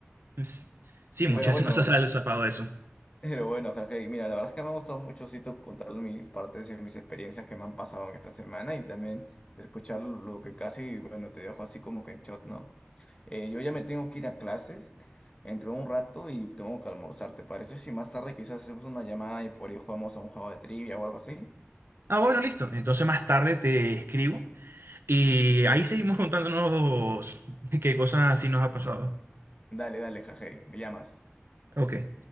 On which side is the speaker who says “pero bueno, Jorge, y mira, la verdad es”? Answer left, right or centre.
Left